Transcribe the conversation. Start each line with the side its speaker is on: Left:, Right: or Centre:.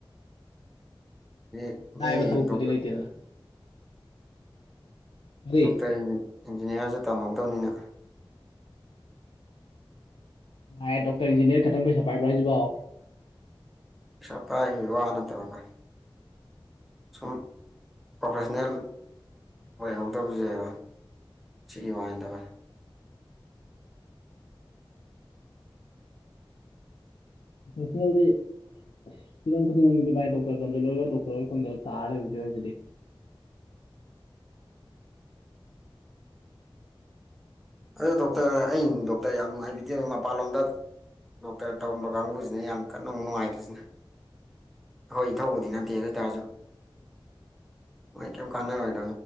Centre: ꯑꯗꯩ ꯃꯤ
Left: ꯥꯏꯕ ꯊꯕꯛꯄꯨꯗꯤ
Centre: ꯗꯣꯛꯇꯔ
Left: ꯂꯩꯇꯦꯗꯅ ꯀꯔꯤ
Centre: ꯗꯣꯛꯇꯔ ꯏꯟꯖꯤꯅꯤꯌꯥꯔꯁꯨ ꯇꯝꯍꯧꯗꯕꯅꯤꯅ
Left: ꯃꯥꯥꯏ ꯗꯣꯛꯇꯔ ꯏꯟꯖꯤꯅꯤꯌꯥꯔ ꯈꯇꯪ ꯄꯩꯁꯥ ꯄꯥꯏꯕ꯭ꯔꯥ ꯍꯥꯏꯁꯤꯕꯣ
Centre: ꯄꯁꯥꯄꯥꯏ ꯍꯕꯤ ꯋꯥ ꯅꯠꯇꯕꯕꯥ ꯁꯨꯝ ꯄ꯭ꯔꯣꯐꯦꯁꯟꯅꯜ ꯑꯣꯏꯍꯧꯗꯕꯁꯦꯕ ꯁꯤ ꯋꯥꯗꯕꯦ
Left: ꯐꯁꯗꯤ ꯑꯁ ꯍꯤꯔꯝ ꯈꯨꯗꯤꯡꯃꯛꯁꯤꯗꯤ ꯚꯥꯏ ꯗꯣꯛꯇꯔ ꯇꯝꯁꯤꯜꯂꯣꯏꯒ ꯗꯣꯛꯇꯔ ꯂ ꯐꯪꯗꯕ ꯇꯥꯔ ꯂꯩꯕꯁꯨ ꯌꯥ ꯍꯥꯏꯁꯤꯗꯤ <inaudible>
Centre: ꯑꯗ ꯗꯣꯛꯇꯔ ꯑ ꯗꯣꯛꯇꯔ ꯌꯥꯝ ꯅꯨꯡꯉꯥꯏꯕꯤꯗꯦ ꯃꯄꯥꯟꯂꯣꯝꯗ ꯗꯣꯛꯇꯔ ꯇꯧꯔꯝꯕ ꯀꯥꯡꯕꯨꯁꯤꯅ ꯌꯥꯝ ꯀꯟꯅ ꯑꯃꯨꯛ ꯅꯨꯡꯉꯥꯏꯇ꯭ꯔꯤꯁꯤꯅꯦ ꯍꯣꯏ ꯊꯧꯕꯗꯤ ꯅꯠꯇꯦ ꯑꯗꯨ ꯑꯣꯏꯇꯥꯔꯁꯨ ꯃꯥꯏꯀꯝ ꯀꯟꯅꯩ